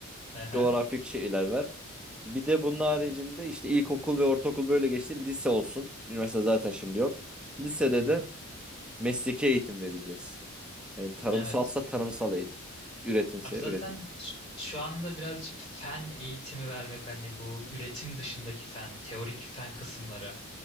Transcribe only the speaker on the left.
Hı hı.
Hı hı.
Evet.
Abi zaten
ş- şu anda birazcık fen eğitimi vermek hani bu üretim dışındaki fen, teorik fen kısımları.